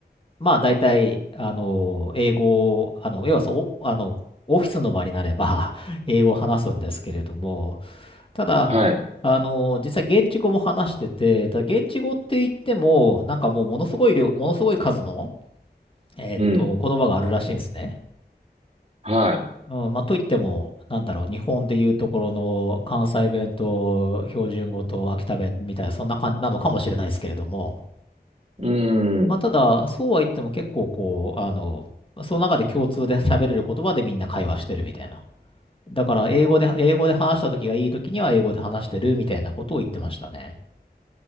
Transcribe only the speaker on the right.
はい。
うん。
は
い。う
ん。